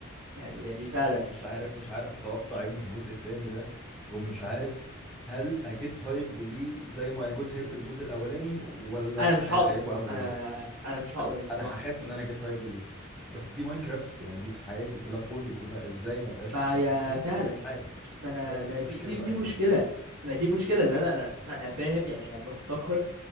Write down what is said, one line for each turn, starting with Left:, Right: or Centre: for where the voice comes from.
Right: يعني يعني فعلا
Centre: مش عارف مش عارف اتوقع ايه من الجزء التاني ده ومش عارف هل اجيت هايبد ليه زي ما اجيت هايبد للجزء الاولاني ولا
Right: انا مش
Centre: هيخيبوا
Right: هقدر
Centre: املي
Right: انا
Centre: برضه
Right: انا أنا مش هقدر الصراحه
Centre: انا هخاف
Right: يعني
Centre: ان انا جيت هايبد ليه بس دي ماينكرافت يعني دي حياتي كلها طفولتي كلها ازاي ما بقاش
Right: ما
Centre: ما
Right: هي
Centre: بقاش هايبد
Right: فعلا
Centre: ليه مش عارف
Right: ما انا
Centre: هي
Right: ما
Centre: دي المشكله
Right: دي دي
Centre: بقى
Right: دي
Centre: هنا
Right: مشكله ما دي مشكله اللي انا انا أنا فاهم يعني انا بفتكر